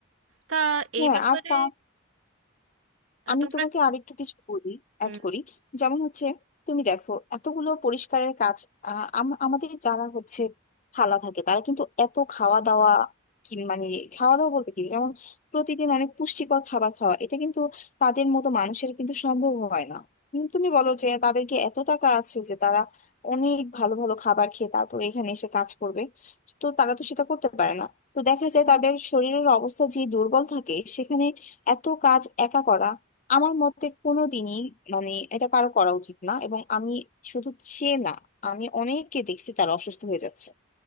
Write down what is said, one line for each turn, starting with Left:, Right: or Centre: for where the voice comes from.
Right: তা এই
Left: হ্যাঁ
Right: ব্যাপারে
Left: আর তা
Right: আহ,
Left: আমি
Right: তোমরা
Left: তোমাকে আরেকটু কিছু বলি অ্যাড
Right: হুম
Left: করি যেমন হচ্ছে তুমি দেখো এতগুলো পরিষ্কারের কাজ আহ, আম- আমাদের যারা হচ্ছে খালা থাকে তারা কিন্তু এত খাওয়া দাওয়া কি মানে খাওয়া দাওয়া বলতে কি যেমন প্রতিদিন অনেক পুষ্টিকর খাবার খাওয়া এটা কিন্তু তাদের মতো মানুষের কিন্তু সম্ভব হয় না উম, তুমি বলো যে তাদেরকে এত টাকা আছে যে তারা অনেক ভালো ভালো খাবার খেয়ে তারপর এখানে এসে কাজ করবে তো তারা তো সেটা করতে পারে না তো দেখা যায় তাদের শরীরের অবস্থা যে দুর্বল থাকে সেখানে এত কাজ একা করা আমার মতে কোনোদিনই মানে এটা কারো করা উচিত না এবং আমি শুধু সে না আমি অনেককে দেখছি তারা অসুস্থ হয়ে যাচ্ছে